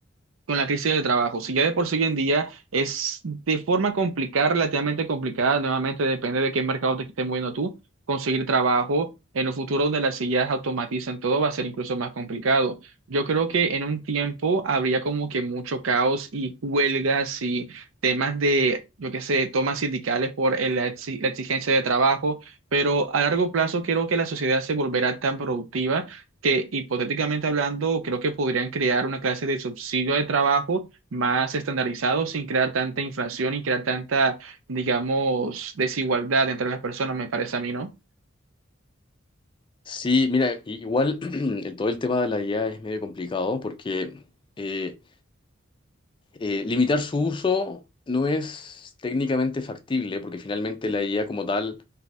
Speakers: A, on the right; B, on the left.
A: con la crisis del trabajo. Si ya de por sí hoy en día es de forma complicada, relativamente complicada, nuevamente depende de qué mercado te estés moviendo tú, conseguir trabajo. En un futuro donde las sillas automatizan todo va a ser incluso más complicado. Yo creo que en un tiempo habría como que mucho caos y huelgas y temas de, yo qué sé, tomas sindicales por el- la exi- la exigencia de trabajo, pero a largo plazo creo que la sociedad se volverá tan productiva que hipotéticamente hablando, creo que podrían crear una clase de subsidio de trabajo más estandarizado sin crear tanta inflación y crear tanta, digamos, desigualdad entre las personas, me parece a mí, ¿no?
B: Sí, mira, i- igual <clears throat> el- todo el tema de la IA es medio complicado porque eh, eh, limitar su uso no es técnicamente factible, porque finalmente la IA como tal